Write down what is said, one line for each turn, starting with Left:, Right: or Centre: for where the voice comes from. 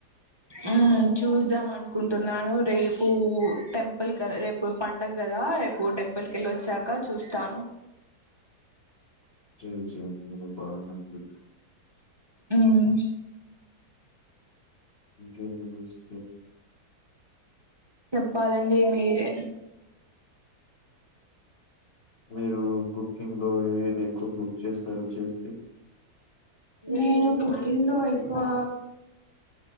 Right: మ్మ్ చూస్దాం అనుకుంటున్నాను రేపు టెంపుల్ రేపు పండుగ రేపు టెంపుల్ కొళ్ళొచ్చాక చూస్తాను
Left: టేజియం బలే బానే ఉంది
Right: మ్మ్
Left: ఇంకేన్ బబుల్స్
Right: చెప్పాలండి మీరే
Left: మీరు కుకింగ్ లో ఏది ఎక్కువ కుక్ చేస్తారు చేస్తే
Right: నేను కుకింగ్ లో ఎక్కువా